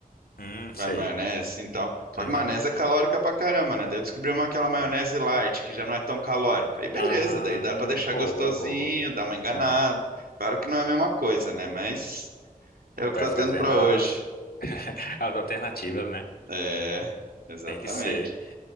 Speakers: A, on the left; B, on the right.
A: Hum,
B: Vai
A: sei.
B: maionese Então, tal. Só
A: Uhum.
B: que maionese é calórica pra caramba, né? Daí eu descobri uma, aquela maionese
A: É.
B: light, que já não é tão calórica. Aí beleza,
A: Ah,
B: daí dá pra deixar
A: boa,
B: gostosinho,
A: boa.
B: dar uma enganada.
A: É,
B: Claro que não é a mesma coisa, né? Mas é o que
A: vai
B: tá
A: fazendo
B: tendo pra
A: as,
B: hoje.
A: as alternativas, né?
B: É, exatamente.
A: Tem que ser.